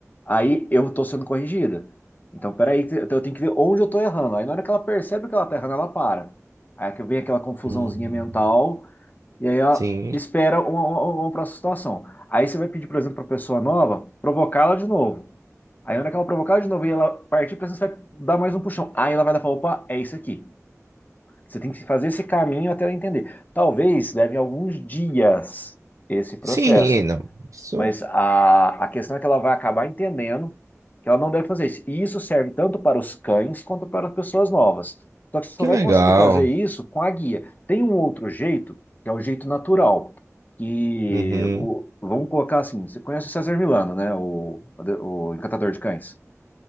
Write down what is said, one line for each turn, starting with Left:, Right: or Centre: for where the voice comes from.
Left: aí eu estou sendo corrigida. Então, peraí, te- eu tenho que ver onde eu estou errando. Aí na hora que ela percebe que ela está errando, ela para. Aí é que vem aquela confusãozinha
Right: Hum,
Left: mental e aí ela
Right: sim.
Left: espera uma, uma, uma próxima situação. Aí você vai pedir, por exemplo, para a pessoa nova provocá-la de novo. Aí, na hora que ela provocar de novo e ela partir para você, vai dar mais um puxão. Aí ela vai dar e falar: opa, é isso aqui. Você tem que fazer esse caminho até ela entender. Talvez leve alguns dias esse processo,
Right: Sim, não. Isso,
Left: mas a, a questão é que ela vai acabar entendendo que ela não deve fazer isso. E isso serve tanto para os cães quanto para as pessoas novas. Só que você
Right: que
Left: só vai
Right: legal.
Left: conseguir fazer isso com a guia. Tem um outro jeito, que é o jeito natural. E
Right: Uhum.
Left: o, vamos colocar assim: você conhece o César Milano, né? O, o encantador de cães.